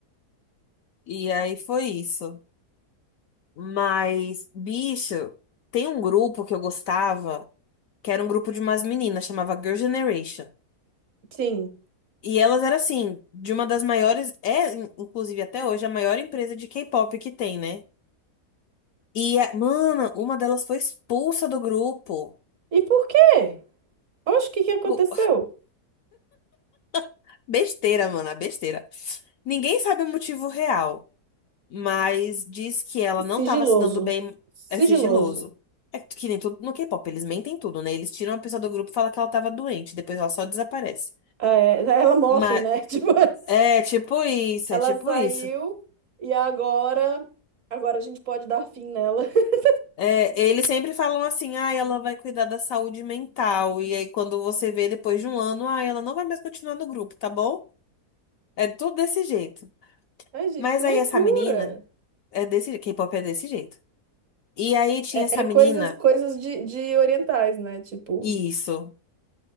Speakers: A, on the left (about 70°); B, on the right (about 55°).
A: E aí foi isso. Mas, bicho, tem um grupo que eu gostava, que era um grupo de umas meninas, chamava Girl Generation.
B: sim.
A: E elas eram assim, de uma das maiores, é in- inclusive até hoje a maior empresa de K-pop que tem, né? E, a- mano, uma delas foi expulsa do grupo.
B: E por quê? Oxe, o que que aconteceu?
A: Pô, <laughs> Besteira, mano, a besteira. Ninguém sabe o motivo real, mas diz que ela não
B: Sigiloso.
A: tava se dando bem,
B: Sigiloso.
A: é sigiloso. É que nem tudo no K-pop, eles mentem tudo, né? Eles tiram a pessoa do grupo e falam que ela tava doente, depois ela só desaparece.
B: É, ela morre,
A: Mas
B: né? <laughs> Tipo,
A: é tipo isso,
B: ela
A: é tipo
B: saiu
A: isso.
B: e agora, agora a gente pode dar fim nela. <laughs>
A: É, eles sempre falam assim, ah, ela vai cuidar da saúde mental. E aí, quando você vê depois de um ano, ah, ela não vai mais continuar no grupo, tá bom? É tudo desse jeito.
B: Ai, gente,
A: Mas
B: que loucura!
A: aí essa menina é desse, K-pop é desse jeito. E aí tinha
B: É,
A: essa
B: é
A: menina,
B: coisas, coisas de, de orientais, né? Tipo,
A: isso.